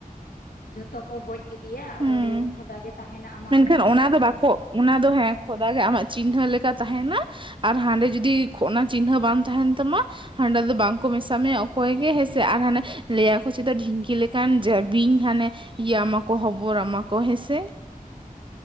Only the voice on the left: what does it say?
ᱡᱷᱚᱛᱚ ᱠᱚ ᱵᱚᱡ ᱜᱤᱰᱤᱭᱟ ᱟᱫᱚ
ᱞᱟᱹᱭ ᱠᱚ ᱠᱷᱚᱫᱟ ᱜᱮ ᱛᱟᱦᱮᱱᱟ ᱟᱢᱟᱜ
ᱪᱮᱫ
ᱤᱭᱟᱹ
ᱦᱤᱥᱟᱹᱵᱽ ᱛᱮ